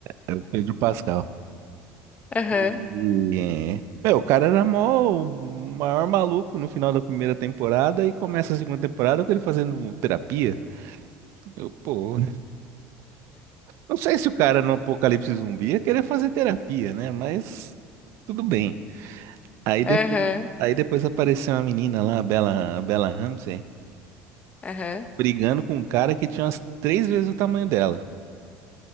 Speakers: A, on the right; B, on the left.
A: é o Pedro Pascal.
B: aham,
A: E, meu, o cara era mó, o maior maluco no final da primeira temporada e começa a segunda temporada com ele fazendo terapia. Eu, pô, não sei se o cara no Apocalipse Zumbi ia querer fazer terapia, né? Mas tudo bem. Aí depois,
B: aham,
A: aí depois apareceu uma menina lá, a Bella, a Bella Ramsey.
B: aham.
A: brigando com um cara que tinha umas três vezes o tamanho dela.